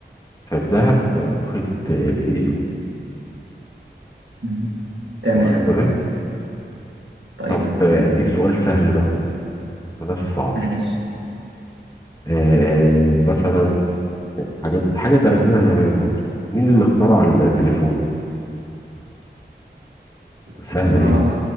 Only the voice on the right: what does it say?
مم. تمام
طيب
ماشي
اختارها